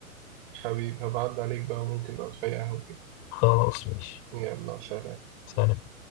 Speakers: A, on the right (about 40°); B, on the left (about 35°).
A: حبيبي هبعد عليك بقى ممكن نقعد في أي قهوة كده
B: خلاص ماشي
A: يلا سلام
B: سلام